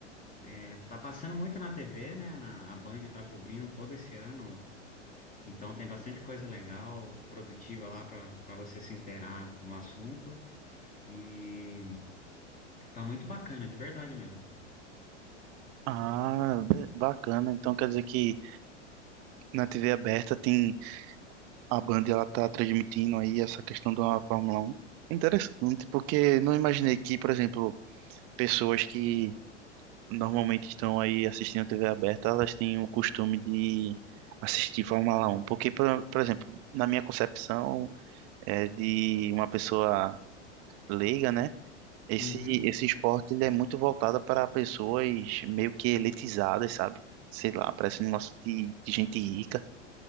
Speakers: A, on the left (about 25°); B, on the right (about 40°).
A: é, tá passando muito na TV, né? Na, a Band tá cobrindo todo esse ano. Então tem bastante coisa legal, produtiva lá para para você se inteirar no assunto. E Tá muito bacana, de verdade mesmo.
B: Ah, be- bacana. Então quer dizer que na TV aberta tem a Band ela tá transmitindo aí essa questão da Fórmula um É interessante, porque não imaginei que, por exemplo, pessoas que normalmente estão aí assistindo a TV aberta, elas têm o costume de assistir Fórmula um Porque, por, por exemplo, na minha concepção é, de uma pessoa leiga, né? Esse,
A: Uhum.
B: esse esporte ele é muito voltado para pessoas meio que elitizadas, sabe? Sei lá, parece um negócio de, de gente rica.